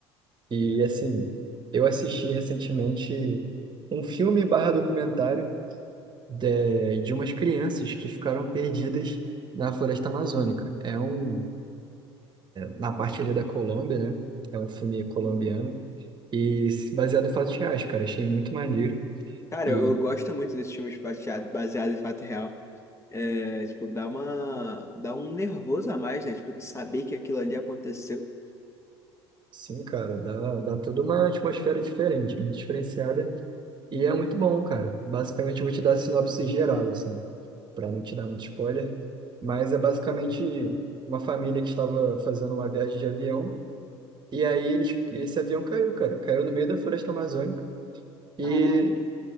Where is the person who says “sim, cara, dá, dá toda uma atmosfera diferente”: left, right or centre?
Right